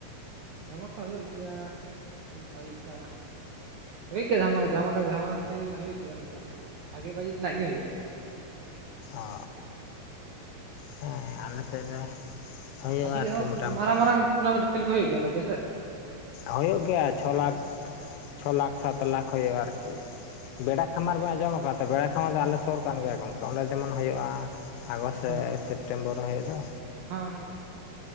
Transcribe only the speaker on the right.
ᱫᱷᱟᱢᱟᱠᱟ ᱠᱚ ᱦᱩᱭᱩᱜ ᱜᱮᱭᱟ ᱚᱱᱠᱟ ᱞᱮᱠᱟ ᱦᱩᱭᱩᱜ ᱜᱮᱭᱟ ᱡᱟᱦᱟ ᱫᱷᱟᱢᱟᱠᱟ ᱡᱟᱦᱟ ᱠᱷᱮᱞ ᱦᱩᱭᱩᱜ ᱜᱮᱭᱟ ᱢᱚᱴᱟᱢᱩᱴᱤ ᱵᱷᱟᱜᱮ ᱵᱟᱡᱮᱴ ᱨᱮᱱᱟᱜ ᱜᱮ ᱦᱩᱭᱩᱜ-ᱟ ᱾
ᱟᱯᱮᱥᱮᱫ
ᱦᱚᱸ
ᱢᱟᱨᱟᱝ ᱢᱟᱨᱟᱝ ᱴᱩᱨᱱᱟᱢᱮᱱᱴ ᱠᱷᱮᱞ ᱠᱚ ᱦᱩᱭᱩᱜ ᱜᱮᱭᱟ ᱛᱚ ᱟᱯᱮᱥᱮᱫ?
ᱦᱮᱸ
ᱦᱮᱸ